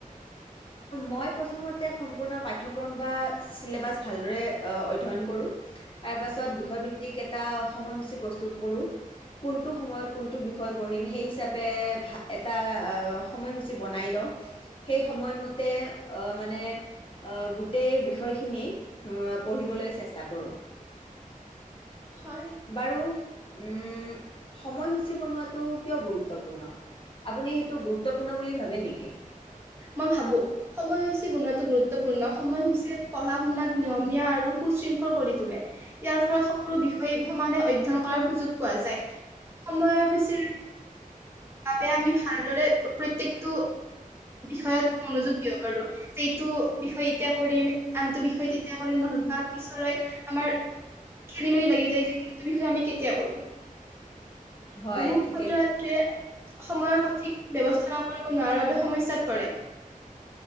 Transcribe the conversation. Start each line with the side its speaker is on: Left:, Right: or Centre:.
Left: মই প্ৰথমতে সম্পূৰ্ণ পাঠ্যক্ৰম বা চিলেবাছ ভালদৰে অধ্যয়ন কৰোঁ তাৰ পাছত বিষয় ভিত্তিক এটা সময়সূচী প্ৰস্তুত কৰোঁ কোনটো সময়ত কোনটো বিষয় পঢ়িম সেই হিচাপে এটা সময়সূচী বনাই লওঁ। সেই সময়মতে মানে গোটেই বিষয়খিনি পঢ়িবলৈ চেষ্টা কৰো।
Right: হয়
Left: বাৰু উম সময়সূচী বনোৱাটো কিয় গুৰুত্বপূৰ্ণ আপুনি সেইটো গুৰুত্বপূৰ্ণ বুলিা ভাৱে নেকি? কি
Right: মই ভাবো, সময়সূচী বনোৱাটো গুৰুত্বপূৰ্ণ, সময় সূচীয়ে পঢ়া শুনাক নিয়মীয়া আৰু সুশৃংখল কৰি তোলে, ইয়াৰ ফলত সকলো বিষয় সমানে অধ্যয়ন কৰাৰ সুযোগ পোৱা যায় সময়সূচীৰ বাবে আমি ভালদৰে প্ৰত্যেকটো বিষয়ত মনোযোগ দিব পাৰো, যে এইটো বিষয় এতিয়া কৰিম আনটো বিষয় তেতিয়া কৰিম, নহয় বা পিছৰে আমাৰ খেলি মেলি লাগি যায় যে কোনটো বিষয়ে আমি কেতিয়া কৰো
Left: হয়,
Right: মোৰ
Left: ঠিকেই
Right: সতে একে সময়ৰ সঠিক ব্যৱস্থা নকৰিব বা নোৱাৰাৰ বাবে সমস্যাত পৰে